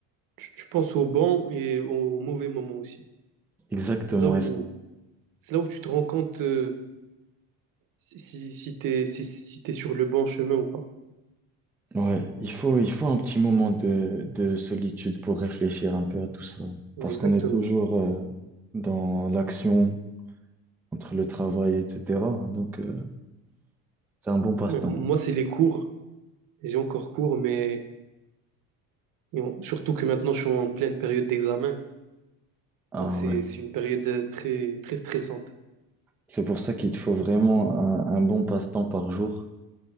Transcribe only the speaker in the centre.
Exactement.
Et c-
Ouais, il faut, il faut un petit moment de, de solitude pour réfléchir un peu à tout ça.
Parce
qu'on est toujours euh, dans l'action entre le travail, etc. Donc, euh, C'est un bon passe-temps.
Ah
ouais.
C'est pour ça qu'il te faut vraiment un, un bon passe-temps par jour.